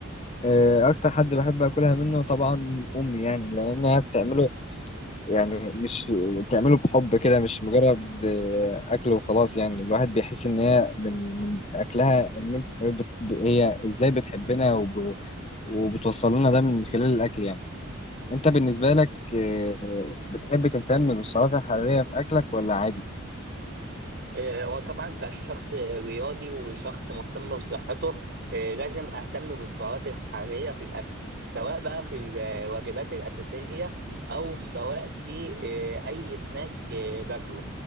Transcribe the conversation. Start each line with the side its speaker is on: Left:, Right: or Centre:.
Left: آه، أكتر حد بحب أكلها منه طبعا أمي يعني لأنها بتعمله يعني مش بتعمله بحب كده مش مجرد آه، أكل وخلاص يعني الواحد بيحس إن هي من من أكلها إن أنت بت- هي إزاي بتحبنا وبتوصل لنا ده من خلال الأكل يعني أنت بالنسبة لك آه، بتحب تهتم بالسعرات الحرارية في أكلك ولا عادي؟
Right: آه، وطبعا كشخص رياضي وشخص مهتم بصحته آه، لازم اهتم بالسعرات الحراريه في الاكل سواء بقى في الوجبات الاساسيه او سواء في آه، اي سناك آه، باكله